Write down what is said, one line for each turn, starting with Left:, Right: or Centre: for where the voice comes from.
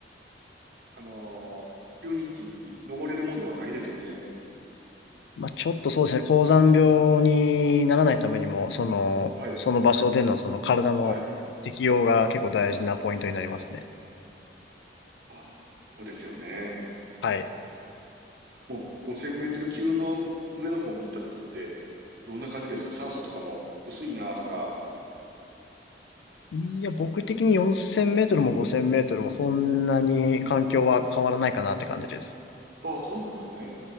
Right: あのー、急にっていい登れるもんではないですよね。
Left: まあ、ちょっとそうですね、高山病にならないためにも、その、
Right: はい、
Left: その場所でのその体の適応が結構大事なポイントになりますね。
Right: はい。あー、そうですよね。
Left: はい。
Right: もう5000メートル級の上の方に行った時って、どんな感じです酸素とかも薄いなとか。
Left: いや、僕的に4000メートルも5000メートルもそんなに環境は変わらないかなって感じです。
Right: ああ、そうなんですね。